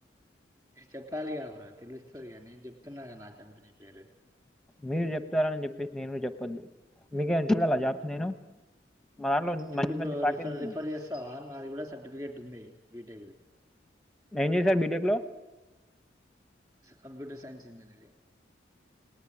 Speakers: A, on the right (about 20°); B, in the centre.
A: చెప్పాలిగా బ్ర తెలుస్తుందిగా నేను చెప్తున్నాగా నా కంపెనీ పేరు
B: మీరు చెప్తారని చెప్పేసి నేను చెప్పద్దు విగే చూడాల జాబ్స నేను మా దాంట్లో
A: చూడు
B: మంచి
A: బ్రో
B: మంచి ప్యాకేజ్
A: రఫ
B: ఉన్నాయి
A: రిఫర్ చేస్తావా నాది కూడా సర్టిఫికెట్ ఉంది బీటెక్ది
B: నేను చేశారు బీటెక్లో
A: కంప్యూటర్ సైన్స్ ఇందనే ఇది